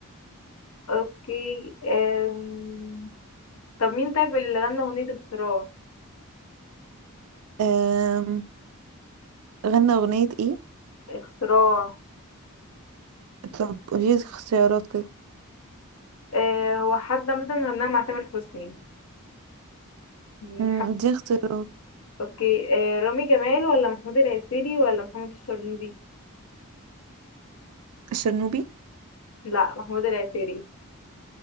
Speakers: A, on the left; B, on the right.
A: اوكي آم، طب مين طيب اللي غنى اغنية اختراع
B: أم... غنى أغنية ايه
A: اختراع
B: طب قولي اختيارات كده
A: آه هو حد مثلا غناها مع تامر حسني يعني
B: أم،
A: حد
B: دي اختيارات
A: اوكي آه رامي جمال ولا محمود العسيلي ولا محمد الشرنوبي
B: شرنوبي
A: لا محمود العسيلي